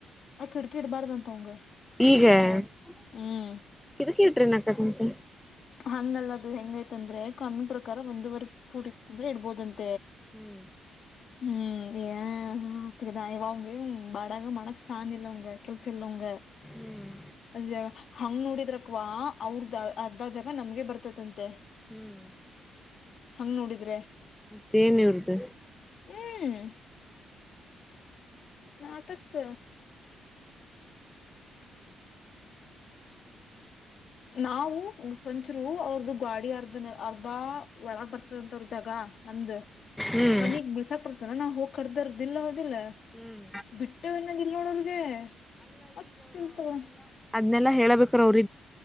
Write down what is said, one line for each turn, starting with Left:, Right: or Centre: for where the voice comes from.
Left: ಆ ಕಿಡ್ಕಿ ಇಡ್ಬಾರ್ದಂತ ಅವಂಗ
Centre: ಈಗ
Left: ಬಾಡ
Centre: <inaudible>
Left: ಹ್ಮ್
Centre: ಇದಕ್ಕೆಟ್ರಿ ನಕ್ಕದಂತ
Left: ಹಂಗಲ್ಲ ಅದು ಹ ಹೆಂಗಯತ್ಂದ್ರೆ ಕಮ್ಮಿ ಪ್ರಕಾರ ಒಂದುವರಿ ಫೂಟ್ ಇತ್ತಂದ್ರೆ ಇಡ್ಬೋದಂತ
Centre: ಹ್ಮ್
Left: ಹ್ಮ್ ಅದುದಾ ಯ ಅವಂಗ ಬಾಡಗ ಮಣಕ ಸಾಾಣಿ ಇಲ್ಲವಂಗ ಕೆಲ್ಸ ಇಲ್ಲವಗೆ
Centre: ಹ್ಮ್
Left: ಅದ ಹಂಗ ನೋಡಿದ್ರಕ್ವಾ ಅವ್ರ್ದ ಅ ಅ ಜಾಗ ನಮ್ಗೆ ಬರ್ತದಂತೆ
Centre: <inaudible>
Left: ಹಂಗ್ ನೋಡಿದ್ರೆ
Centre: ದೆನ್ ಇವ್ರದ
Left: ಹ್ಮ್ <inaudible> ನಾಟಕ್ ನಾವು ಪಂಚರು ಅವ್ರ್ದ ಗಾಡಿ ಅರ್ಧ ಅರ್ಧ ಒಳಗ ಬರ್ತವಿ <unintelligible> ಜಾಗ ನಮ್ದ್
Centre: ಹ್ಮ್
Left: ಮನಿಗ್ ಬಿಳ್ಸಾಕ್ ಬರ್ತಾನ ನಾ ಹೋಗ್ ಕಡಿದರ್ದಿಲ್ಲ. <unintelligible>
Centre: ಹ್ಮ್
Left: ಬಿಟ್ಟ ಇನ್ನದ ಇಲ್ ನೋಡೋರಗೆ ಮತ್ತಲ್ತವೆ.
Centre: ಅದನೆಲ್ಲ ಹೇಳಳ್ಬೇಕು ಅವ್ರಗ್